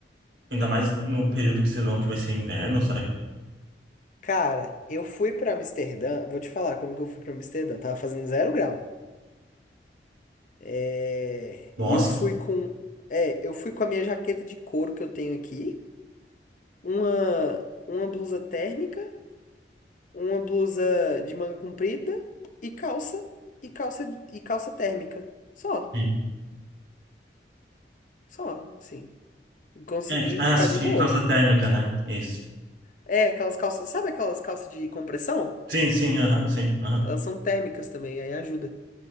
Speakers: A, on the right; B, on the left.
A: ainda mais no período que vocês vão, que vai ser inverno? Será que.
B: Cara, eu fui pra Amsterdã, vou te falar como que eu fui pra Amsterdã, tava fazendo zero grau. É,
A: Nossa,
B: E eu fui com, é, eu fui com a minha jaqueta de couro que eu tenho aqui, uma uma blusa térmica, uma blusa de manga comprida e calça e calça e calça térmica. Só,
A: sim.
B: só, assim. Consegui
A: É, que- ah,
B: ficar
A: se
B: de
A: tinha
B: boa.
A: calça térmica, né? Isso.
B: É, aquelas calças, sabe aquelas calças de compressão?
A: Sim, sim, aham, sim, aham.
B: Elas são térmicas também, aí ajuda.